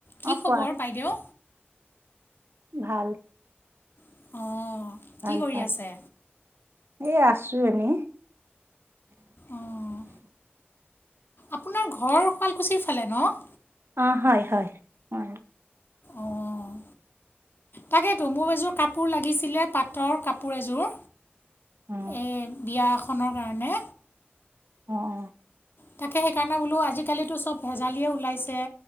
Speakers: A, on the left; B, on the right.
A: কি
B: অ
A: খবৰ
B: কোৱা
A: বাইদেউ?
B: ভাল
A: অঁ
B: ভাল
A: কি কৰি
B: ভাল
A: আছে?
B: এই আছোঁ এনেই।
A: অঁ আপোনাৰ ঘৰ শুৱালকুছিৰ ফালে ন'?
B: অ' হয় হয়, হয়।
A: অ'। তাকেইতো, মোৰ এযোৰ কাপোৰ লাগিছিলে পাটৰ কাপোৰ এযোৰ।
B: অ
A: এই বিয়া এখনৰ কাৰণে।
B: অ', অ'।
A: তাকে সেইকাৰণে বোলো আজিকালিতো চব ভেজালিয়ে ওলাইছে,